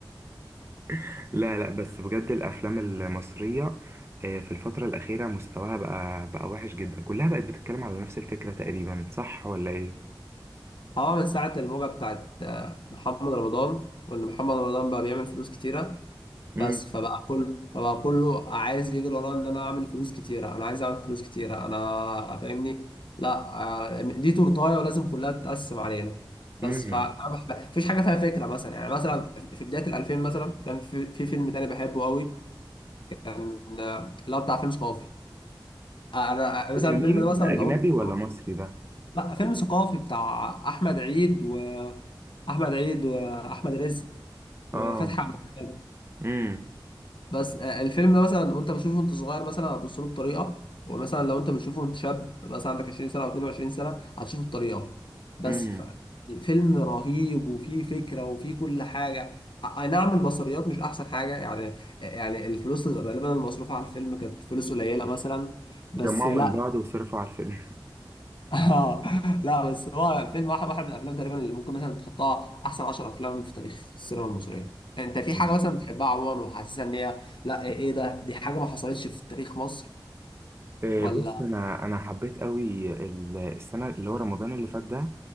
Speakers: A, on the right; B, on the left.
A: <laughs> لا لا بس بجد الافلام المصريه آه، في الفتره الاخيره مستواها بقى بقى وحش جدا كلها بقت بتتكلم على نفس الفكره تقريبا صح ولا ايه
B: اه من ساعة الموجة بتاعت آه، محمد رمضان وان محمد رمضان بقى بيعمل فلوس كتيرة بس
A: امم
B: فبقى كله فبقى كله عايز يجري وراه ان انا اعمل فلوس كتيرة انا عايز اعمل فلوس كتيرة انا فاهمني لا آه، دي تورتاية ولازم كلها تتقسم علينا بس
A: امم
B: ف مفيش حاجة فيها فكرة مثلا يعني مثلا في بداية الألفين مثلا كان في, في فيلم تاني بحبه قوي كان آه، اللي هو بتاع فيلم ثقافي آه، انا آه، مثلا
A: مين
B: الفيلم ده مثلا
A: ده اجنبي
B: لو
A: ولا مصري ده
B: لا فيلم ثقافي بتاع احمد عيد واحمد عيد واحمد رزق وفتحي
A: اه
B: عبد الوهاب
A: امم
B: بس آه، الفيلم ده مثلا وانت بتشوفه وانت صغير مثلا هتبص له بطريقه ومثلا لو انت بتشوفه وانت شاب مثلا عندك 20 سنه او 22 سنه هتشوفه بطريقه بس
A: امم
B: ف- الفيلم رهيب وفيه فكره وفيه كل حاجه آه، اي نعم البصريات مش احسن حاجه يعني آه، يعني الفلوس غالبا المصروفه على الفيلم كانت فلوس قليله مثلا بس
A: جمعوا
B: لا
A: من بعض وصرفوا على الفيلم
B: <laughs> اه لا بس هو فيلم واحد واحد من الافلام تقريبا اللي ممكن مثلا تحطها احسن 10 افلام في تاريخ السينما المصريه انت في
A: مم.
B: حاجه مثلا بتحبها عموما وحاسسها ان هي لا ايه إيه ده دي حاجه ما حصلتش في تاريخ مصر
A: آه،
B: ولا
A: بص انا انا حبيت قوي ال- السنه اللي هو رمضان اللي فات ده